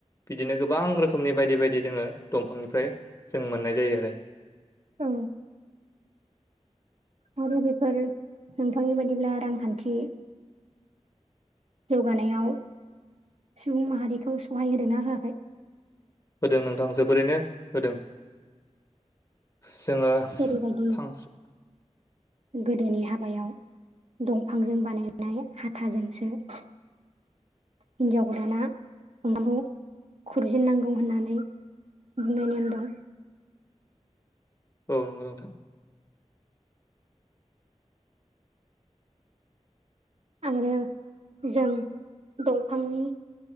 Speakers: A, on the left; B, on the right.
A: बिदिनो गोबां रोखोमनि बायदि बायदि जोङो दंफांनिफ्राय जों मोननाय जायो आरो
B: औ आरो बेफोर नोंथांनि बायदिब्ला रांखान्थि जौगानायाव सुबुं माहारिखौ सहाय होदोंना होआखै
A: होदों नोंथां जोबोरैनो होदों जोङो फांस
B: जेरैबायदि गोदोनि हाबायाव दंफांजों बानायनाय हाथाजोंसो हिनजाव गोदाना ओंखामखौ खुरजेननांगौ होननानै बुंनाय नेम दं
A: औ नंगौ नोंथां
B: आरो जों दंफांनि